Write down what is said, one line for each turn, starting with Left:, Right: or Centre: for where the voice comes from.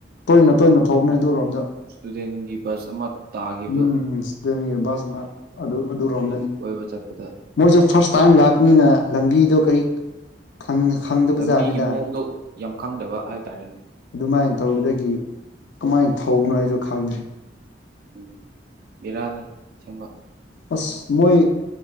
Left: ꯇꯣꯏꯅ ꯇꯣꯏꯅ ꯊꯣꯛꯅꯦ ꯑꯗꯨꯔꯣꯝꯗ
Right: ꯇꯨꯗꯦꯟꯒꯤ ꯕꯁ ꯑꯃ ꯇꯥꯈꯤꯕꯗꯣ
Left: ꯎꯝ ꯏꯁꯨꯗꯦꯟꯒꯤ ꯕꯥꯁ ꯑꯃ ꯑꯗꯨ ꯑꯗꯨ ꯔꫭꯝꯗꯅꯤ
Right: ꯀꯣꯏꯕ ꯆꯥꯠꯄꯗ
Left: ꯃꯣꯏꯖꯨ ꯐꯥꯔꯁ ꯇꯥꯏꯝ ꯂꯥꯛꯄꯅꯤꯅ ꯂꯝꯕꯤꯗꯣ ꯀꯔꯤ ꯈꯪ ꯈꯪꯗꯕ
Right: ꯂꯝꯕꯤꯒꯤ
Left: ꯖꯥꯠꯅꯤꯗ
Right: ꯃꯑꯣꯡꯗꯣ ꯌꯥꯝ ꯈꯪꯗꯕ ꯍꯥꯏꯇꯥꯔꯦꯅꯦ
Left: ꯑꯗꯨꯃꯥꯏ ꯇꯧꯕꯗꯒꯤ ꯀꯃꯥꯏꯅ ꯊꯧꯕꯅꯣ ꯑꯩꯖꯨꯈꯪꯗ꯭ꯔꯦ
Right: ꯎꯝ ꯕꯤꯔꯥꯅꯤ ꯑꯁꯦꯡꯕ
Left: ꯑꯁ ꯃꯣꯏ